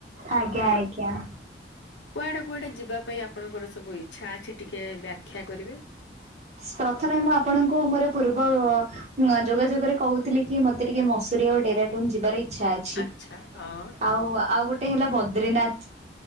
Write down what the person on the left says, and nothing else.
ଆଉ
କୁଆଡେ କୁଆଡେ ଯିବା ପାଇଁ ଆପଣଙ୍କର ସବୁ ଇଚ୍ଛା ଅଛି ଟିକେ ବ୍ୟାଖ୍ୟା କରିବେ?
ଆଚ୍ଛା ହଁ